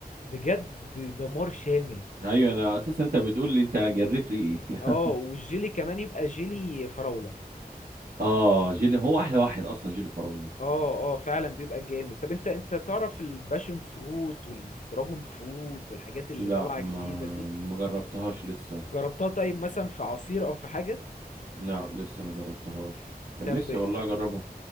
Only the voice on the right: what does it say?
ايوه انا اساسا انت بتقول لي انت جريت ريقي <laughs> يا
عم
اه جيلي هو احلى واحد اصلا جيلي فراولة
لا
ما
ما جربتهاش لسه
لا لسه ما جربتهاش كان
نفسي والله اجربها